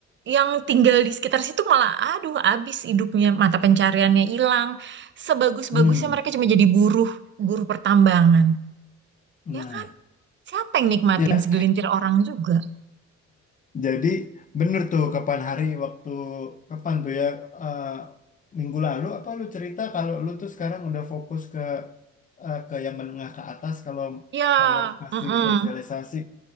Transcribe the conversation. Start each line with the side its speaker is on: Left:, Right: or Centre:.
Right: yang tinggal di sekitar situ malah aduh habis hidupnya, mata pencariannya hilang. Sebagus-bagusnya
Left: hmm,
Right: mereka cuma jadi buruh, buruh pertambangan.
Left: nah
Right: Ya kan? Siapa yang nikmatin
Left: ya
Right: segelintir orang juga?
Left: Jadi bener tuh kapan hari waktu kapan tuh ya eh, minggu lalu apa lu cerita kalau lu tuh sekarang udah fokus ke eh, ke yang menengah ke atas kalau
Right: Ya,
Left: kalau masih
Right: mm-mm,
Left: sosialisasi.